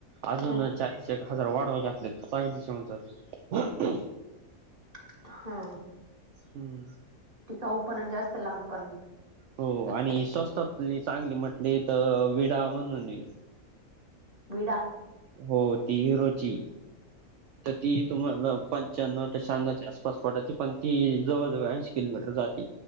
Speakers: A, on the right; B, on the right.
A: अजून
B: हं.
A: चाळीस एक हजार वाढवा घातले त, चांगलीच येऊन जाती.
B: ह.
A: हम्म.
B: टिकाऊ पण, जास्त लाब पण.
A: हो. आणि स्वस्तातली चांगली म्हटली त विडा म्हणूने.
B: विडा.
A: हो ती हिरोची. त ती तुम्हाला पंच्याणो ते शहाण्णवच्या आसपास पडती. पण ती जवळजवळ ऐंशी किलोमीटर जाती.